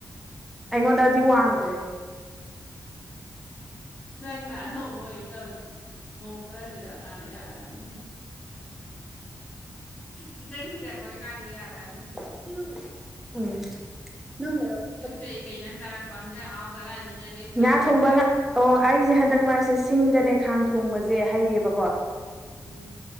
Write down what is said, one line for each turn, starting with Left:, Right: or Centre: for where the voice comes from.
Centre: ꯑꯩꯉꯣꯟꯗꯗꯤ ꯋꯥꯡꯗ꯭ꯔꯦ
Left: ꯅꯪꯅ ꯑꯅꯧꯕ ꯑꯣꯏ ꯇꯧꯔꯤꯅꯤ ꯃꯧ ꯈꯔ ꯂꯤꯔꯛꯑ ꯀꯥꯟꯅ ꯌꯥꯔꯛꯑꯅꯤ ꯈꯤꯇꯪ ꯂꯤꯔꯛꯄꯩ ꯀꯥꯟꯗ ꯌꯥꯔꯛꯑꯅꯤ
Centre: <unintelligible>
Left: ꯌꯨꯝꯗꯒꯤ ꯀꯩꯖꯥꯡ ꯆꯥꯔꯛꯄ ꯍꯤꯟꯖꯥꯡ ꯍꯥꯎ ꯆꯥꯔꯛꯑꯅꯤꯅ ꯅꯌꯨꯝꯗ
Centre: ꯉꯥ
Left: ꯂꯥꯛꯄꯅꯤꯅ
Centre: ꯊꯣꯡꯕ ꯉꯥ ꯑꯣ ꯑꯩꯁꯦ ꯍꯟꯗꯛ ꯃꯔꯛꯁꯦ ꯁꯤꯡꯗꯅꯦ ꯈꯥꯡ ꯊꯣꯡꯕꯁꯦ ꯍꯩꯌꯦꯕꯀꯣ
Left: ꯎꯝ ꯎꯝ